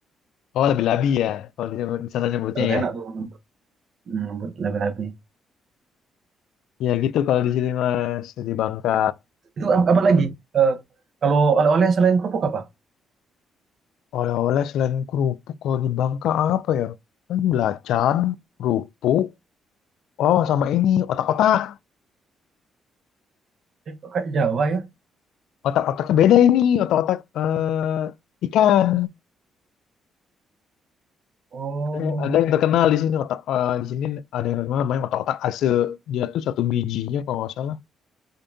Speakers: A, on the left; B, on the right.
A: oh lebih labi ya kalau di di sana nyebutnya
B: Eh,
A: ya
B: enak tuh lembut. Hmm, lembut labi-labi.
A: Ya gitu kalau di sini mas di Bangka.
B: Itu ap- apa lagi? Eh, kalau oleh-oleh selain kerupuk apa?
A: Oleh-oleh selain kerupuk kalau di Bangka apa ya? Kan belacan, kerupuk. Oh sama ini otak-otak.
B: Eh, kok kayak Jawa ya?
A: Otak-otaknya beda ini otak-otak eh, ikan.
B: Oh,
A: Ada yang ada yang terkenal di sini otak eh, di sini ada yang terkenal namanya otak-otak ase. Dia tuh satu bijinya kalau nggak salah